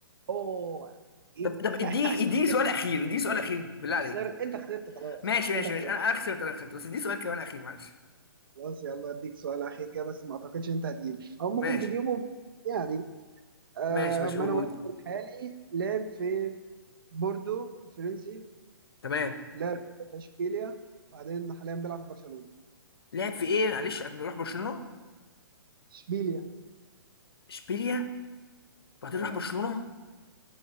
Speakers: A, on the right; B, on the left.
A: اوه إيه؟
B: طب طب اديني
A: <laughs>
B: اديني سؤال اخير اديني سؤال اخير بالله عليك
A: خسرت انت خسرت خلاص
B: ماشي ماشي
A: انت خسرت
B: ماشي انا انا خسرت انا خسرت بس اديني سؤال كمان اخير معلش
A: خلاص يلا اديك سؤال اخير كده بس ما اعتقدش انت هتجيبه او ممكن
B: ماشي
A: تجيبه يعني آه
B: ماشي ماشي
A: مانويل
B: قوله لي
A: الحالي لعب في بوردو الفرنسي
B: تمام
A: لعب في اشبيليا وبعدين حاليا بيلعب في برشلونة
B: لعب في ايه معلش قبل ما يروح برشلونة
A: اشبيليا
B: اشبيليا بعدين
A: اه
B: راح برشلونة